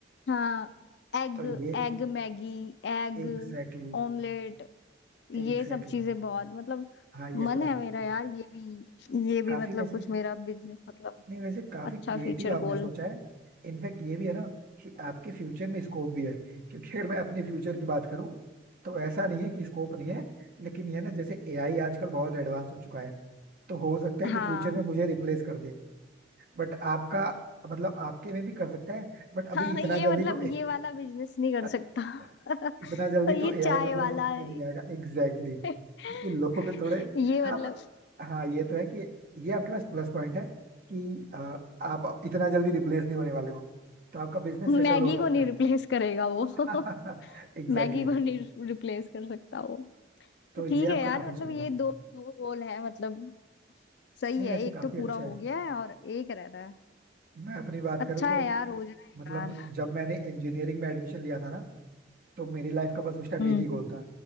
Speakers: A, on the left; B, on the right.
A: हाँ egg
B: तो ये
A: egg Maggi egg
B: एग्जैक्टली exactly,
A: omelette ये
B: एग्जैक्टली
A: सब चीजें
B: exactly,
A: बहुत मतलब
B: हाँ ये
A: मन
B: तो है
A: है मेरा यार ये भी ये भी
B: काफी
A: मतलब
B: वैसे
A: कुछ मेरा बिजनेस मतलब
B: नहीं वैसे काफी
A: अच्छा
B: क्रिएटिव
A: फ्यूचर
B: आपने
A: गोल
B: सोचा है इनफैक्ट ये भी है ना कि आपके फ्यूचर में स्कोप भी है क्योंकि अगर मैं अपने फ्यूचर की बात करूं तो ऐसा नहीं है कि स्कोप नहीं है लेकिन ये ना जैसे एआई आजकल बहुत एडवांस हो चुका है तो हो सकता है कि
A: हाँ
B: फ्यूचर में मुझे रिप्लेस कर दे बट आपका मतलब आपके में भी कर सकता है बट
A: हाँ
B: अभी इतना
A: ये
B: जल्दी
A: मतलब
B: तो
A: ये वाला बिजनेस नहीं कर सकता
B: <laughs>
A: <laughs>
B: इतना जल्दी
A: और ये
B: तो एआई
A: चाय
B: मतलब
A: वाला
B: इसमें
A: <laughs>
B: नहीं आएगा एग्जैक्टली exactly.
A: ये
B: क्योंकि लोग थोड़े हाँ
A: मतलब
B: but हाँ ये तो है कि ये आपके पास प्लस पॉइंट है कि अ, आप आप इतना जल्दी रिप्लेस नहीं होने वाले हो तो आपका बिजनेस
A: मैगी
B: सेटल हो सकता
A: को नहीं
B: है
A: रिप्लेस करेगा वो
B: <laughs>
A: <laughs>
B: Exactly exactly.
A: मैगी को नहीं रिप्लेस कर सकता वो
B: तो
A: तो
B: ये
A: ठीक
B: आपका
A: है यार
B: काफी
A: मतलब
B: चलेगा
A: ये दो दो गोल है मतलब सही
B: नहीं
A: है
B: वैसे
A: एक
B: काफी
A: तो
B: अच्छा
A: पूरा हो
B: है
A: गया है और एक रह रहा है
B: मैं अपनी बात
A: अच्छा
B: करूँ तो
A: है यार हो जाए
B: मतलब
A: यार
B: जब मैंने इंजीनियरिंग में एडमिशन लिया था ना तो मेरी लाइफ का बस उस टाइम
A: हम्म
B: एक ही गोल था